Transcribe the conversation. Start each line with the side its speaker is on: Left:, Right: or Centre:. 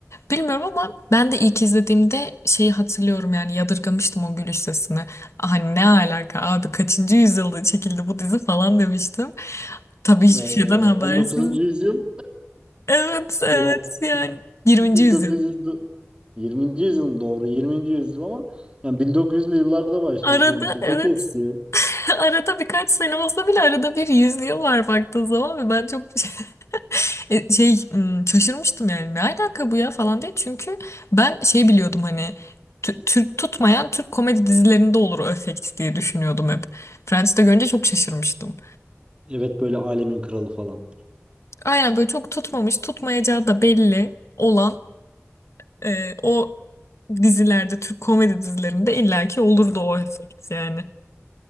Left: Bilmiyorum ama ben de ilk izlediğimde şeyi hatırlıyorum yani yadırgamıştım o gülüş sesini. "Ah, Hani ne alaka abi kaçıncı yüzyılda çekildi bu dizi falan demiştim. Tabii hiçbir
Right: Ee,
Left: şeyden habersiz.
Right: 19. yüzyıl
Left: Evet evet
Right: yok
Left: yani 20.
Right: 1900
Left: yüzyıl.
Right: 20. yüzyıl doğru 20. yüzyıl ama yani 1900'lü yıllarda başlıyor
Left: Arada
Right: sonuçta.
Left: evet
Right: Çok eski.
Left: <laughs> arada birkaç sene olsa bile arada bir yüzüyorlar baktığın zaman ve ben çok <laughs> e, şey hmm, şaşırmıştım yani ne alaka bu ya falan diye çünkü ben şey biliyordum hani tü- Türk tutmayan Türk komedi dizilerinde olur o efekt diye düşünüyordum hep. Friends'te görünce çok şaşırmıştım.
Right: Evet böyle alemin kralı falan.
Left: Aynen böyle çok tutmamış tutmayacağı da belli olan e, o dizilerde Türk komedi dizilerinde illaki olurdu o efekt yani.